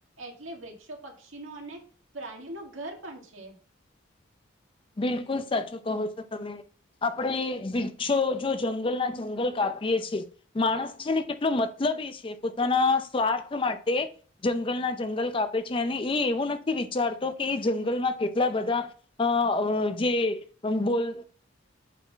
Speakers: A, on the right (about 85°); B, on the left (about 25°).
A: એટલે વૃક્ષો પક્ષીઓ અને પ્રાણીઓ નું ઘર પણ છે.
B: બિલકુલ સાચું કહો છો તમે. આપણે, વૃક્ષો જો જંગલ ના જંગલ કાપીએ છીએ... માણસ છે ને કેટલો મતલબી છે? પોતાના સ્વાર્થ માટે... જંગલના જંગલ કાપે છે, અને એ એવું નથી વિચારતો કે એ જંગલમાં કેટલા બધા.... અ... જે. બોલ.